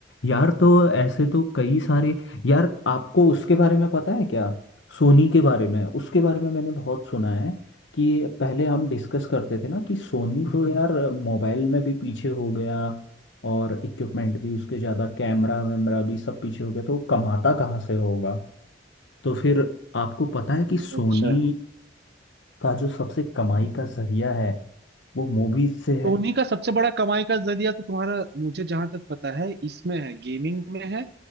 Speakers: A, on the left (about 85°); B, on the right (about 60°).
A: यार तो ऐसे तो कई सारे यार आपको उसके बारे में पता है क्या सोनी के बारे में उसके बारे में मैंने बहुत सुना है कि पहले हम डिस्कस करते थे ना कि सोनी तो यार मोबाइल में भी पीछे हो गया और इक्विपमेंट भी उसके ज़्यादा कैमरा वैमरा भी सब पीछे हो गया तो वो कमाता कहाँ से होगा तो फिर आपको पता है कि सोनी
B: अच्छा
A: का जो सबसे कमाई का जरिया है वो मूवीज से है
B: सोनी का सबसे बड़ा कमाई का जरिया तो तुम्हारा मुझे जहां तक पता है इसमें है गेमिंग में है